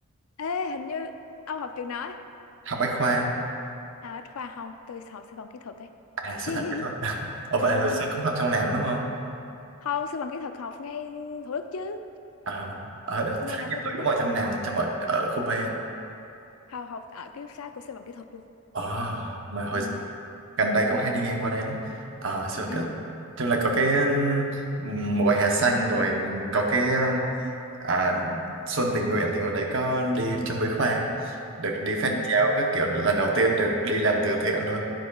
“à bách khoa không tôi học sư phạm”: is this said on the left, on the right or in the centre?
Left